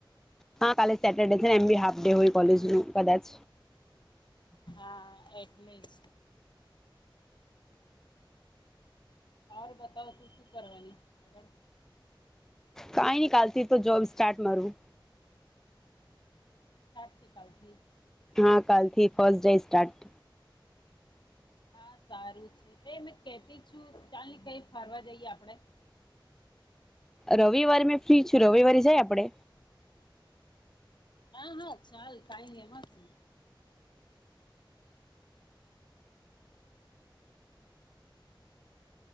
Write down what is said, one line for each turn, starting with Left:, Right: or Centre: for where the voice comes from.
Centre: હા કાલે સેટરડે છે એમ બી હાફ ડે હોય કોલેજ નો કદાચ
Left: હા એ એટલે જ ઓર બતાવ તું શું કરવાની આગળ
Centre: કાઈ ની કાલથી તો જોબ સ્ટાર્ટ મારું
Left: સાત સી પાલ થી
Centre: હા કાલથી ફર્સ્ટ ડે સ્ટાર્ટ
Left: હા સારું છે એ મેં કેતી છું ચાલને કઈ ફરવા જઈએ આપડે
Centre: રવિવાર મેં ફ્રી છું રવિવારે જાય આપડે
Left: હા હા ચાલ કાઈ નઈ એમાં શું